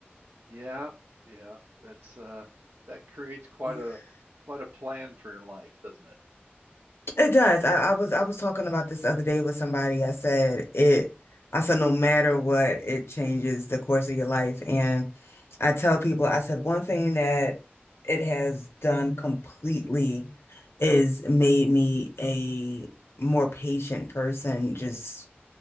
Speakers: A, on the right; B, on the left.
A: Yeah, yeah, that's uh, that creates quite
B: <laughs>
A: a quite a plan for your life, doesn't it?
B: It does. I, I was I was talking about this the other day with somebody. I said it. I said no matter what, it changes the course of your life. And I tell people, I said one thing that it has done completely is made me a more patient person, just